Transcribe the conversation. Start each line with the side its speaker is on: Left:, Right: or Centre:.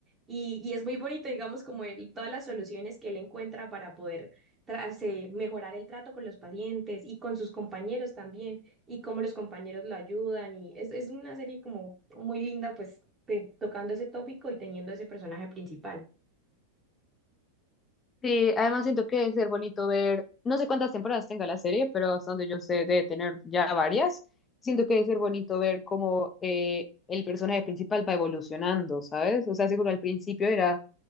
Right: Y, y es muy bonito, digamos, como él- todas las soluciones que él encuentra para poder tras- eh, mejorar el trato con los pacientes y con sus compañeros también, y cómo los compañeros lo ayudan. Y es, es una serie como muy linda, pues, te- tocando ese tópico y teniendo ese personaje principal.
Left: Sí, además siento que debe ser bonito ver, no sé cuántas temporadas tenga la serie, pero hasta donde yo sé debe tener ya varias. Siento que debe ser bonito ver cómo eh, el personaje principal va evolucionando, ¿sabes? O sea, seguro al principio era